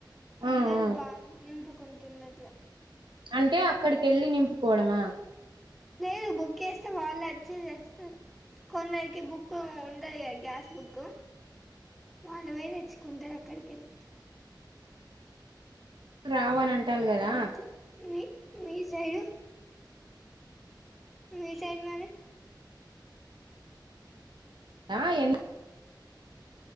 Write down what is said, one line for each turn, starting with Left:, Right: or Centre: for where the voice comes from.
Right: ఆ
Centre: అందరు
Right: ఆ
Centre: బ నింపు కొంటుండట్ల
Right: అంటే అక్కడికి వెళ్ళి నింపుకోవడమా
Centre: లేదు బుక్ గేస్తే వాళ్ళు వచ్చి తెస్తారు. కొందరికి బుక్ ఉంటది కదా గ్యాస్ బుక్ వాళ్లు పోయి తెచ్చుకుంటారు అక్కడికి వెళ్ళి
Right: రావు అని అంటండ్రు కదా
Centre: అట్లా మీ మీ సైడు మీ సైడ్ మరి
Right: ఆ ఎన్